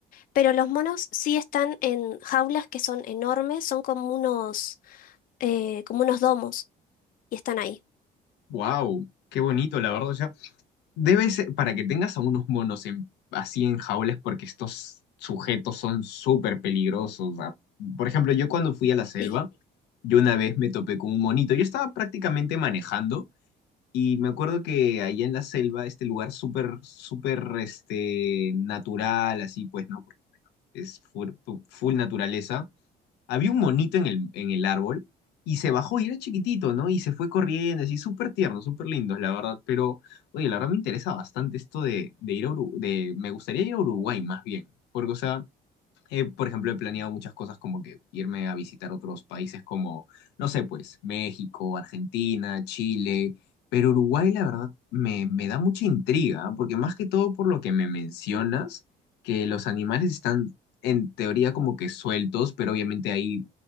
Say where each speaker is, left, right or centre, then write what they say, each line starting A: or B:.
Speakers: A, on the left; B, on the left.
A: pero los monos sí están en jaulas que son enormes, son como unos, eh, como unos domos y están ahí.
B: Wow, qué bonito, la verdad. O sea, debe ser para que tengas a unos monos en- así en jaulas, porque estos sujetos son súper peligrosos. O sea, Por ejemplo, yo cuando fui a la selva,
A: Sí,
B: yo una vez me topé con un monito. Yo estaba prácticamente manejando y me acuerdo que allá en la selva, este lugar súper, súper, este, natural, así pues, ¿no? Porque es full, full naturaleza. había un monito en el, en el árbol y se bajó y era chiquitito, ¿no? Y se fue corriendo, así súper tierno, súper lindo, la verdad. Pero, oye, la verdad me interesa bastante esto de, de ir a Uruguay, de, me gustaría ir a Uruguay más bien, porque, o sea, eh, por ejemplo, he planeado muchas cosas como que irme a visitar otros países como, no sé, pues México, Argentina, Chile, pero Uruguay la verdad me, me da mucha intriga, ¿ah? porque más que todo por lo que me mencionas, que los animales están en teoría como que sueltos, pero obviamente ahí